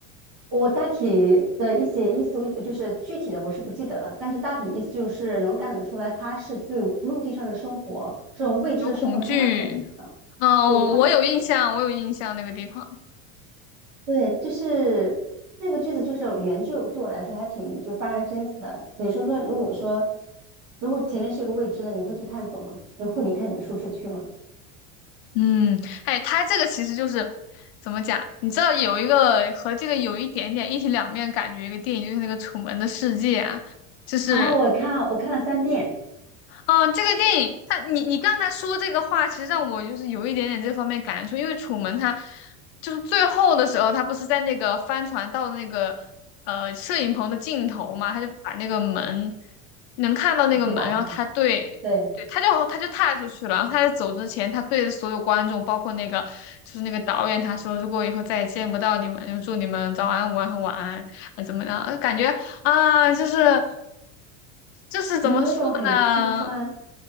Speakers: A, on the right; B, on the left.
A: 我大体的一些意思，就是具体的我是不记得了，但是大体意思就是能看得出来，他是对陆地上的生活这种未知的生活充满恐惧的，
B: 有恐惧。嗯，我我有印象，
A: 所以他不敢。
B: 我有印象那个地方。
A: 对，就是那个句子，就是原句对我来说还挺就发人深思的。你说说，如果说如果前面是一个未知的，你会去探索吗？你会离开你的舒适区吗？
B: 嗯，哎，它这个其实就是怎么讲？你知道有一个和这个有一点点一体两面感觉一个电影，就是那个《楚门的世界》啊，就是
A: 然后我看了，我看了三遍，
B: 嗯，这个电影，他，你你刚才说这个话，其实让我就是有一点点这方面感触，因为楚门他就是最后的时候，他不是在那个帆船到那个呃摄影棚的尽头嘛，他就把那个门能看到那个门，
A: 直接打开。
B: 然后他对对，
A: 对，
B: 他就他就踏出去了，然后他在走之前，他对着所有观众，包括那个就是那个导演，他说如果以后再也见不到你们，就祝你们早安、午安和晚安，啊怎么样？呃感觉啊，就是就是怎么说呢？
A: 有没有一种很心酸，